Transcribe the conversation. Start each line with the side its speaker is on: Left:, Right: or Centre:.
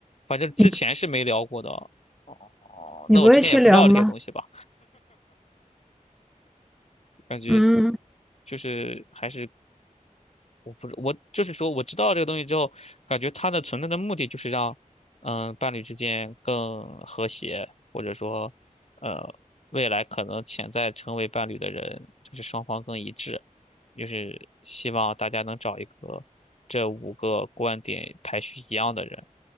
Left: 反正之前是没聊过的
Centre: 你
Left: 哦。
Centre: 你不会去聊吗？
Left: 那我之前也不知道这些东西吧，感觉
Centre: 嗯
Left: 就是还是我不知我就是说我知道这个东西之后，感觉它的存在的目的就是让嗯伴侣之间更和谐，或者说呃未来可能潜在成为伴侣的人，就是双方更一致，就是希望大家能找一个这五个观点排序一样的人。